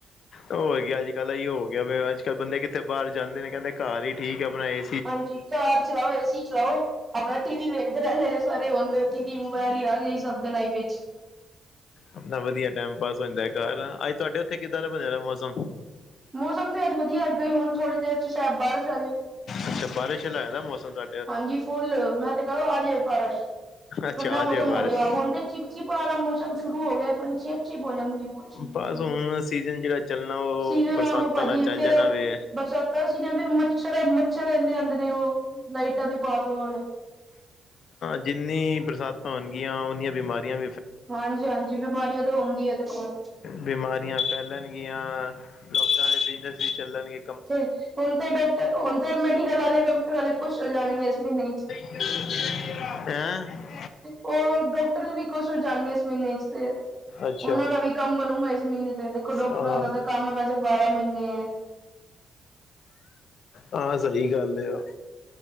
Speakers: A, on the left (about 65°); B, on the right (about 25°).
A: ਹੋ ਗਿਆ ਅੱਜ ਕੱਲ੍ਹ ਈ ਹੋ ਗਯਾ, ਅੱਜ ਕੱਲ੍ਹ ਬੰਦੇ ਕਿੱਥੇ ਬਾਹਰ ਜਾਂਦੇ ਨੇ ਕਹਿੰਦੇ ਘਰ ਹੀ ਠੀਕ ਆ ਆਪਣਾ ਏ
B: ਹਾਂਜੀ ਕਾਰ ਚਲਾਓ ਏਸੀ ਚਲਾਓ ਆਪਣਾ ਟੀ ਵੀ ਵੇਖਦੇ ਰਹਿੰਦੇ ਨੇ ਸਾਰੇ, ਹੁਣ ਤੇ ਟੀ ਵੀ ਮੋਬਾਇਲ ਹੀ ਆ ਗਏ ਹੀ ਸਭਦੇ ਲਾਈਫ ਵਿੱਚ
A: ਆਪਣਾ ਵਧੀਆ ਟਾਈਮ ਪਾਸ ਹੋ ਜਾਂਦਾ ਘਰ ਨਾ, ਅੱਜ ਤੁਹਾਡੇ ਉੱਥੇ ਕਿੱਦਾਂ ਦਾ ਬਣੇ ਦਾ ਮੌਸਮ
B: ਮੌਸਮ ਤੇ ਅੱਜ ਵਧੀਯਾ ਹੈਗਾ ਹੀ, ਹੁਣ ਥੋੜ੍ਹੀ ਦੇਰ ਚ ਸ਼ਾਇਦ ਬਾਰਸ਼ ਆ ਜਾਏ
A: ਅੱਛਾ ਬਾਰਿਸ਼ ਆਲਾ ਹੋਇਦਾ ਮੌਸਮ ਤੁਹਾ
B: ਹਾਂਜੀ ਫੁੱਲ, ਮੈਂ ਤੇ ਕਹਾਂ ਆ ਜਾਯੇ ਇਕ ਵਾਰ ਬਾਰਿਸ਼
A: ਅੱਛਾ
B: ਠੰਡਾ
A: ਆ
B: ਮੌਸਮ
A: ਜੇ ਬਾਰਿਸ਼
B: ਹੋ ਜਾਏਗਾ, ਹੁਣ ਤੇ ਚਿਪ ਚਿਪ ਵਾਲਾ ਮੌਸਮ ਸ਼ੁਰੂ ਹੋ ਗਿਆ ਪਰ ਚਪ ਚਿਪ ਚਿਪ ਹੋ ਜਾਂਦੀ ਹੈ ਮੌਸਮ ਇਚ,
A: ਬਸ ਹੁਣ ਸੀਜਨ ਜਿਹੜਾ ਚੱਲਣਾ ਉਹ
B: ਸੀਜਨ
A: ਬਰਸਾਤਾਂ
B: ਆਹੋ ਭਾਜੀ
A: ਦਾ ਚੱਲ
B: ਫੇਰ
A: ਜਾਣਾ ਵੇ
B: ਬਰਸਾਤੀ ਤਾਂ ਅਸੀ ਕੇਹਾ ਫਿਰ ਮੱਛਰ, ਮੱਛਰ ਇੰਨੇ ਆਉਂਦੇ ਨੇ ਉਹ ਲਾਈਟਾਂ ਦੇ ਪਾਸ ਹੋਣ ਵਾਲੇ
A: ਜਿੰਨੀ ਬਰਸਾਤਾਂ ਹੋਣਗੀਆਂ ਉਨੀਆਂ ਬਿਮਾਰੀਆਂ <unintelligible>
B: ਹਾਂਜੀ-ਹਾਂਜੀ ਬਿਮਾਰੀਆਂ ਤਾਂ ਹੁੰਦੀ ਹੈ ਦੇਖੋ
A: ਬਿਮਾਰੀਆਂ ਫੈਲਨਗੀਆਂ, ਡੋਕਟਰਾਂ ਦੇ ਬਿਜਨਸ ਵੀ ਚੱਲਨਗੇ।
B: ਹੁਨ ਤੇ ਡੋਕਟਰ ਹੁਨ ਤੇ ਮੈਡੀਕਲ ਵਾਲੇ ਡਾਕਟਰ ਵਾਲੇ ਖੁਸ਼ ਹੋ ਜਾਨਗੇ ਏਸ ਮੀਨੇ ਚ।
A: ਹੈਂ।
B: ਓ ਡੋਕਟਰ ਵੀ ਖੁਸ਼ ਹੋ ਜਾਨਗੇ ਏਸ ਮੀਨੇ ਚ ਤੇ
A: ਅੱਛਾ
B: ਓਨਾਂ ਦਾ ਵੀ ਕੰਮ ਬਨੂਗਾ ਏਸ ਮੀਨੇ ਤੇ ਦੇਖੋ ਡਾਕਟਰਾਂ
A: ਹਾਂ
B: ਦਾ ਤਾਂ ਕੰਮ ਐ ਵੈਸੇ ਬਾਰਾਂ ਮੀਨੇ ਐ।
A: ਹਾਂ ਸਈ ਗੱਲ ਏ ਆ।